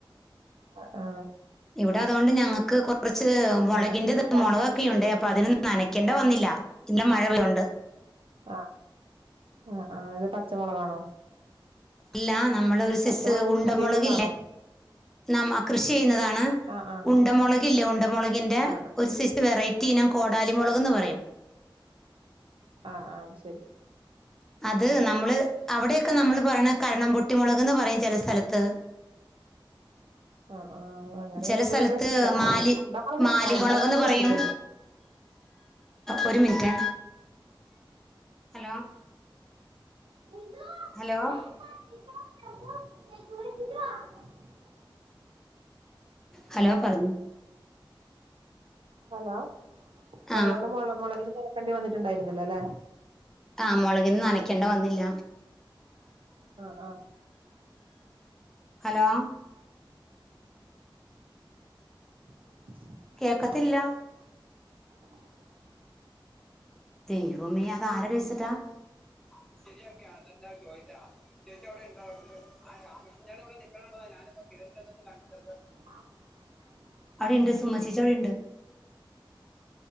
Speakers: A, on the right; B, in the centre.
A: അ ആ
B: ഇവിടെ അതോണ്ട് ഞങ്ങക്ക് കൊറച്ച്
A: അങ്ങനെ
B: മൊളകിന്റെത്
A: പിന്നെ ച-
B: മൊളക് ക്കെയുണ്ടേ അപ്പൊ അതിനൊന്നും നനക്കണ്ട വന്നില്ല ഇന്ന് മഴ പെയ്തൊണ്ട്
A: ആ ആ ആ ത് പച്ചമൊളകാണോ
B: അല്ല നമ്മളൊരു സെയ്‌സ്സ്
A: പച്ചമുളക്
B: ഉണ്ട
A: കൃഷി ചെയ്യുന്നതാണോ
B: മൊളകില്ലേ നമ്മ കൃഷി ചെയ്യ്ന്നതാണ്
A: ആ ആ
B: ഉണ്ട മൊളക്ല്ലേ ഉണ്ടമൊളകിന്റെ
A: ആ
B: ഒരു സെയ്സ്നം വെറൈറ്റി ഇനം കോടാലി മൊളക്ന്ന് പറയും
A: ആ ആ അത് ശെരി
B: അത് നമ്മള് അവിടെക്കെ നമ്മൾ പറയണ കരണം പൊട്ടിമുളക്ന്ന് പറയും ചെല സ്ഥലത്ത്
A: <inaudible> ആ ആ അങ്ങനെ
B: ചില
A: ഞാൻ ഇതുവരെ
B: സ്ഥലത്ത്
A: കേട്ടിട്ടില്ല
B: മാലി
A: ഉണ്ടമുളക്
B: മാലിമുളക്
A: ആണ്ടമുളക്
B: എന്ന് പറയും
A: കേടിട്ടുണ്ട്
B: ഒരു മിനിറ്റേ ഹലോ
A: <unintelligible>
B: ഹലോ
A: <unintelligible>
B: ഹലോ പറഞ്ഞു
A: ഹലോ,
B: ആ
A: അതുകൊണ്ട് മുള മുളകിന് നിരക്കേണ്ടി വന്നിട്ടുണ്ടായിരുന്നില്ല അല്ലേ
B: ആഹ മുളകിന്ന് നനക്കേണ്ട വന്നില്ല
A: ആഹ ആഹ
B: ഹലോ
A: <inaudible>
B: കേക്കത്തില്ല
A: <inaudible>
B: ദൈവമേ അത് ആരടെഴിച്ചട്ടാ <unintelligible>
A: <inaudible>
B: അവിടെണ്ട് സുമശിച്ച അവിടെണ്ട്